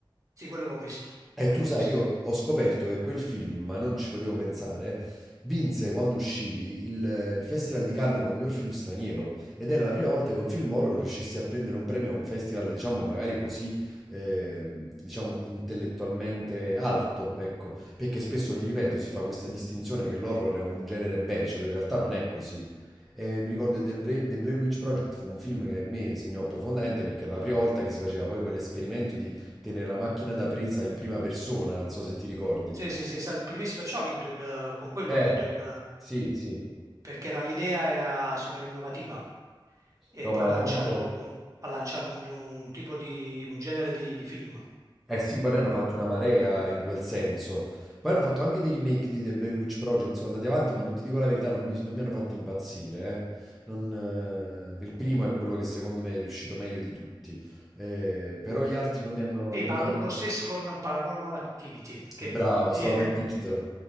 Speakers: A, on the right; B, in the centre.
A: sì, quello l'ho visto.
B: E
A: Quello
B: tu sai,
A: l'ho visto.
B: io ho scoperto che quel film, ma non ci potevo pensare, vinse quando uscì il, il Festival di Cannes come miglior film straniero ed era la prima volta che un film horror riuscisse a prendere un premio a un festival, diciamo, magari così, ehm, diciamo, intellettualmente alto, ecco, perché spesso, ti ripeto, si fa questa distinzione che l'horror è un genere becero, in realtà non è così. E mi ricordo del Bla- The Blair Witch Project fu un film che a me segnò profondamente perché era la prima volta che si faceva poi quell'esperimento di tenere la macchina da presa in prima persona, non so se ti ricordi.
A: Sì, sì, sì, è stato il primissimo, perciò ha vinto il, con quello
B: Eh,
A: ha vinto il,
B: sì, sì.
A: perché era- l'idea era super innovativa e
B: No,
A: poi
B: ma
A: ha
B: veramente...
A: lanciato, ha lanciato un, un tipo di, un genere di, di film.
B: Eh sì, poi ne hanno fatti una marea in quel senso. Poi hanno fatto anche dei remake di The Blair Witch Project, sono andati avanti, ma non ti dico la verità, non mi, non mi hanno fatto impazzire. eh. Non, eh, il primo è quello che secondo me è riuscito meglio di tutti, eh, però gli altri non mi hanno,
A: Sì,
B: non
A: ma
B: mi
A: lo,
B: hanno...
A: lo stesso con Paranormal Activity, che
B: Bravo,
A: viene,
B: stavo per dirtelo.